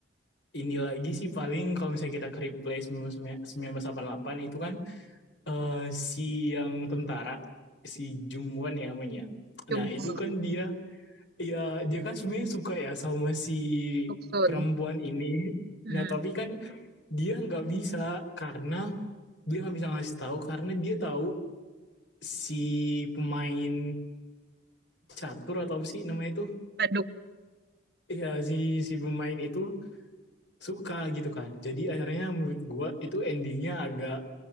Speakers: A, on the left; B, on the right.
A: ini lagi sih paling kalau misalnya kita ke replay seribu sembilan ratus delapan puluh delapan itu kan eh, si yang tentara si Jungwon ya namanya.
B: Jungkook,
A: Nah itu kan dia ya dia kan sebenarnya suka ya sama si
B: Doksun,
A: perempuan ini.
B: hmm.
A: Nah tapi kan dia nggak bisa karena dia nggak bisa ngasih tahu karena dia tahu si pemain catur atau apa sih namanya itu
B: Baduk,
A: ya si si pemain itu suka gitu kan. Jadi akhirnya menurut gue itu endingnya agak